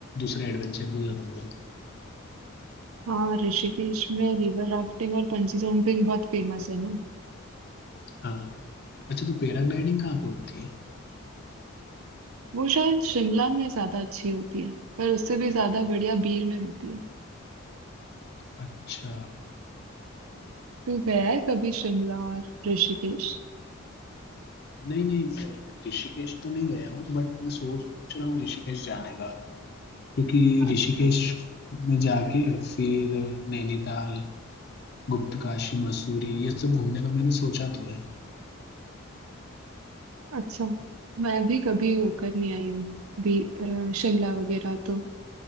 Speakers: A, on the left; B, on the right.
A: दूसरे एडवेंचर भी करूंगा
B: हाँ ऋषिकेश में रिवर राफ्टिंग और पंची जंपिंग बहुत फेमस है ना
A: हाँ अच्छा तो पैराग्लाइडिंग कहाँ पे होती है
B: वो शायद शिमला में ज्यादा अच्छी होती है पर उससे भी ज्यादा बढ़िया बीर में होती है
A: अच्छा
B: तू गया है कभी शिमला और ऋषिकेश
A: नहीं नहीं मैं ऋषिकेश तो नहीं गया हूँ बट मैं सोच रहा हूँ ऋषिकेश जाने का क्योंकि
B: अच्छा
A: ऋषिकेश में जाके फिर नैनीताल गुप्त काशी मसूरी ये सब घूमने का मैंने सोचा तो है
B: अच्छा मैं भी कभी होकर नहीं आई हूँ बी अ, शिमला वगैरह तो